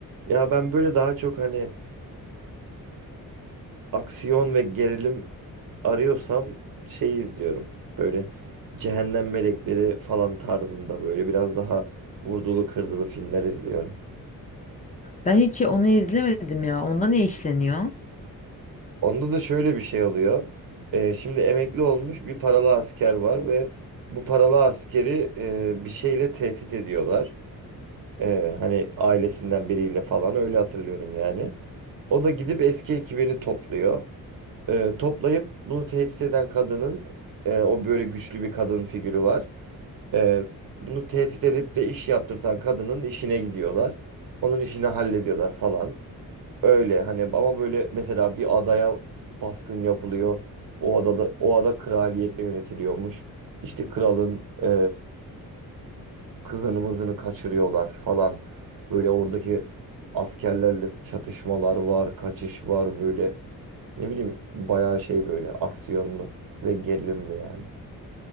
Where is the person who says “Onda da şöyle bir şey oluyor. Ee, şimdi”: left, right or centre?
Right